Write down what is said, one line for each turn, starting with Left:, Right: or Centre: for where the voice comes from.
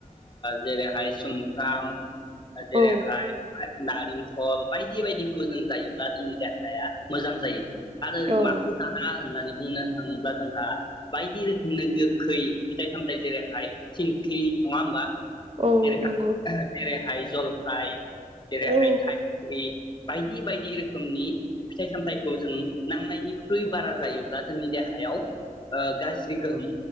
Left: जेरैहाय सुमफ्राम जेरैहाय
Right: औ
Left: नारेंखल बायदि बायदिखौ जों जायोब्ला जोंनि देहाया मोजां जायो। आरो
Right: औ
Left: माखौ जानाङा होननानै बुंनो थाङोब्ला जोंहा बायदि रोखोमनि गोखै फिथाइ सामथायाइ जेरैहाय थिंख्लिं नङा होमबा?
Right: औ
Left: जेरै
Right: नंगौ
Left: जेरैहाय जलफाइ जेरैहाय
Right: औ
Left: थाइसुरि बायदि बायदि रोखोमनि फिथाइ सामथाइखौ जों नांनायनिख्रुइ बारा जायोब्ला जोंनि देहायाव ओ गाज्रि गोहोम